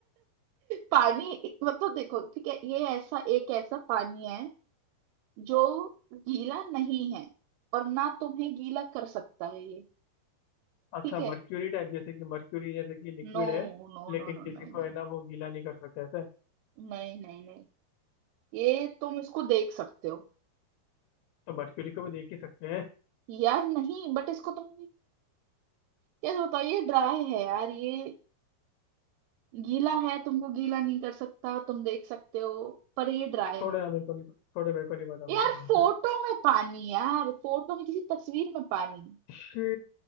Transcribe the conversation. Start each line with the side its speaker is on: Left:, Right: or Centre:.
Right: पानी मतलब देखो ठीक है ये ऐसा एक ऐसा पानी है जो गीला नहीं है और ना तुम्हें गीला कर सकता है ये
Left: अच्छा
Right: ठीक है
Left: मर्क्यूरी टाइप जैसे कि मर्क्यूरी जैसे कि लिक्विड
Right: No
Left: है
Right: no
Left: लेकिन
Right: no no
Left: किसी
Right: नहीं
Left: को
Right: नहीं
Left: है ना वो गीला नहीं कर सकते ऐसे
Right: नहीं नहीं नहीं ये तुम इसको देख सकते हो
Left: तो मर्क्यूरी को भी देख ही सकते हैं
Right: यार नहीं बट इसको तुम कैसे बताओ ये ड्राई है यार ये गीला है तुमको गीला नहीं कर सकता तुम देख सकते हो पर ये ड्राई
Left: थोड़ा
Right: है
Left: यार मेरे को नहीं थोड़ा मेरे को नहीं पता बेटा
Right: यार
Left: मानता
Right: फोटो
Left: है
Right: में पानी यार फोटो में किसी तस्वीर में पानी
Left: शी